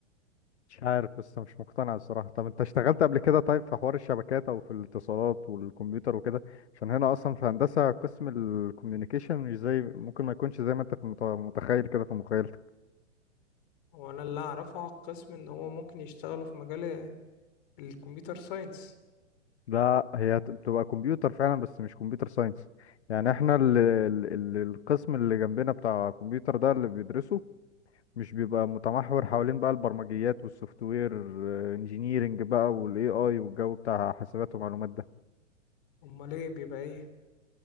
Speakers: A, on the left (about 65°); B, on the left (about 45°).
A: مش عارف لسه مش مقتنع الصراحة طب انت اشتغلت قبل كده طيب في حوار الشبكات او في الاتصالات والكمبيوتر وكده عشان هنا اصلا في هندسة قسم الكوميونيكيشن مش زي ممكن ما يكونش زي ما انت في المت- متخيل كده في مخيلتك
B: وانا اللي اعرفه على القسم ان هو ممكن يشتغلوا في مجال الكمبيوتر ساينس
A: لا هي هت- بتبقى كمبيوتر فعلا بس مش كمبيوتر ساينس يعني احنا ال ال ال القسم اللي جنبنا بتاع كمبيوتر ده اللي بيدرسه مش بيبقى متمحور حوالين بقى البرمجيات والسوفت وير انجينيرنج بقى والاي اي والجو بتاع حسابات ومعلومات ده
B: امال ايه بيبقى ايه